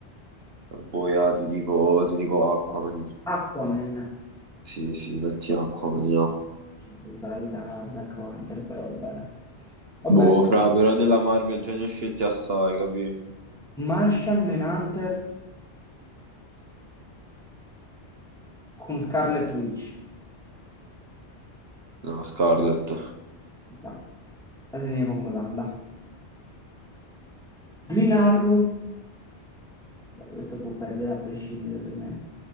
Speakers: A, on the right; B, in the centre.
A: Poi ah, ti dico, ti dico Aquaman.
B: Aquaman,
A: Sì, sì, metti Aquaman, no.
B: totalità Black Panther, però va bene. Vabbè,
A: Boh, fra, però della Marvel già ne ho scelti assai, capì?
B: Martian Manhunter con Scarlet Witch.
A: No, Scarlet,
B: Ci sta. La segniamo come l'anda. Green Arrow Beh, questo può perdere a prescindere per me.